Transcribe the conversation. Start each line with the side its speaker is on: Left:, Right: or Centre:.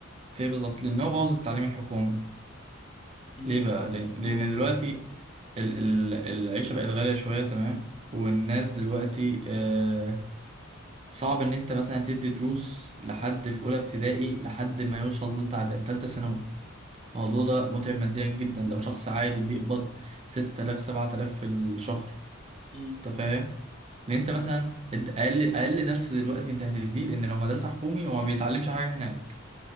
Right: في إيه بالظبط لان هو بوظ التعليم الحكومي
Left: مم،
Right: ليه بقى لان
Left: مم،
Right: لأن دلوقتي ال ال العيشه بقت غاليه شويه تمام والناس دلوقتي آه صعب ان انت مثلا تدي دروس لحد في اولى ابتدائي لحد ما يوصل لتالتة ثانوي الموضوع ده متعب ماديا جدا لو شخص عادي بيقبض 6000 7000 في الشهر
Left: مم،
Right: انت فاهم لان انت مثلا انت اقل اقل درس دلوقتي انت هتديه لان لو مدرسه حكومي هو ما بيتعلمش حاجه هناك